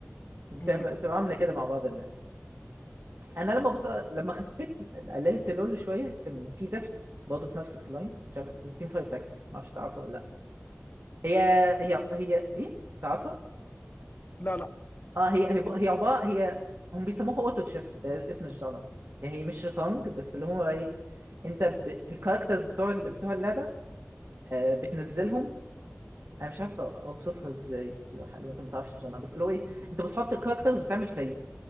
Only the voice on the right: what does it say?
بتعمل...
بتبقى عامله كده مع بعض الناس انا لما بط... لما خفيت قللت لول شويه كان في تفت برضه في نفس الكلاينت مش عارف التيم فايت تاكتكس ما اعرفش تعرفها ولا لا هي هي هي ايه تعرفها؟
اه هي هي هي عباره هي هم بيسموها اوتو تشيس ده اسم الجانر يعني هي مش شطرنج بس اللي هو ايه انت ب... الكاركترز بتوع ال- بتوع اللعبه آه بتنزلهم انا مش عارف اوصفها ازاي لو, ح- لو انت ما تعرفش الجانر بس اللي هو ايه انت بتحط الكاركترز وبتعمل فريق